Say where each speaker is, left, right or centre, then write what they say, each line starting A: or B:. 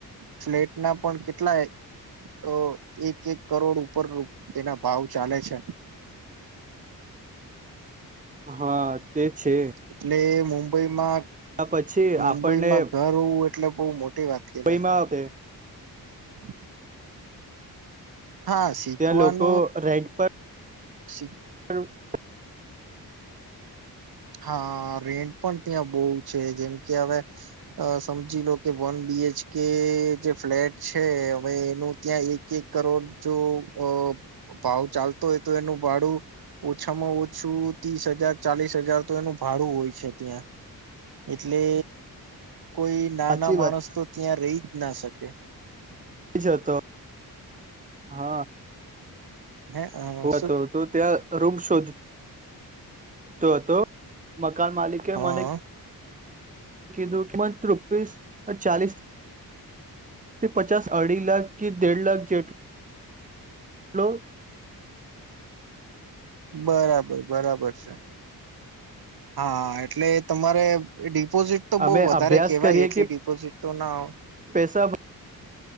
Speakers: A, on the right; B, on the right.
A: ફ્લેટના પણ કેટલા તો એક એક કરોડ ઉપર તેના ભાવ ચાલે છે. <inaudible>
B: હા તે છે
A: એટલે મુંબઈમાં
B: પછી
A: મુંબઈમાં
B: આપણને
A: ઘર હોવું એટલે બોવ મોટી વાત કેવાય
B: મુંબઈમાં આવે
A: <inaudible> હા શીખવાનું
B: ત્યાં લોકો રેન્ટ પર
A: શી
B: <inaudible>
A: હા રેન્ટ પણ ત્યાં બોવ છે જેમ કે હવે અ સમજી લો કે વન બી બી એચકે જે ફ્લેટ છે હવે એનું ત્યાં એક એક કરોડ જો અ ભાવ ચાલતો હોય તો એનું ભાડું ઓછામાં ઓછું ત્રીસ હજાર ચાલીસ હજાર તો એનું ભાડું હોય છે ત્યાં એટલે કોઈ નાના
B: સાચી
A: માણસ
B: વાત
A: તો ત્યાં રહીજ ના શકે
B: એજ હતો હા
A: હે અ
B: હુ
A: શું
B: હતો તો ત્યાં રૂમ શોધ તો તો મકાન માલિકે
A: હા
B: મને કીધું કિમત રૂપીસ અને ચલીસ થી પચાસ અઢી લાખ કે દેઢ લાખ જેટલું લો
A: બરાબર બરાબર છે. હા એટલે તમારે ડી ડિપોઝિટ તો બોવ
B: અમે
A: વધારે
B: અભ્યાસ
A: કેવાય
B: કરીએ
A: એટલી
B: કે
A: ડિપોઝિટ તો ના
B: પૈસા